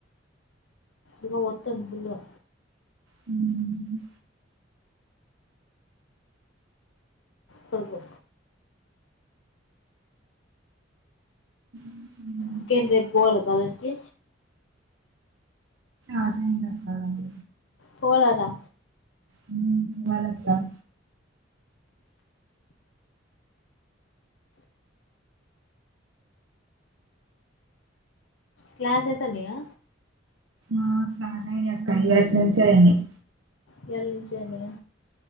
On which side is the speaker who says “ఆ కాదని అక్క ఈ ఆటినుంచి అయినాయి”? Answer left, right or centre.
Right